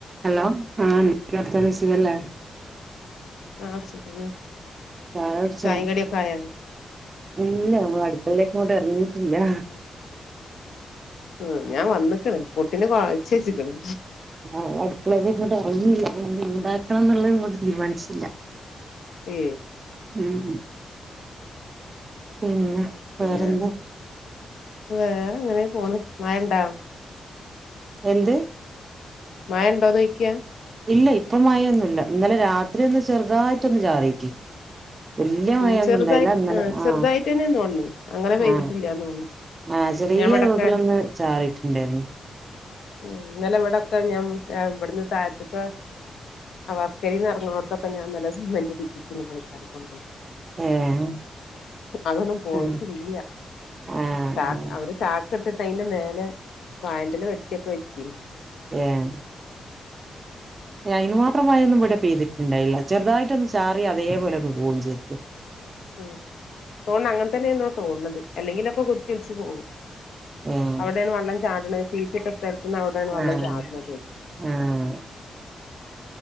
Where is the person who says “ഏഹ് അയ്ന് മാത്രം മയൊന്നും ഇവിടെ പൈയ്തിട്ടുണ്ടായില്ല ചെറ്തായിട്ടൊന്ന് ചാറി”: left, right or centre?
Right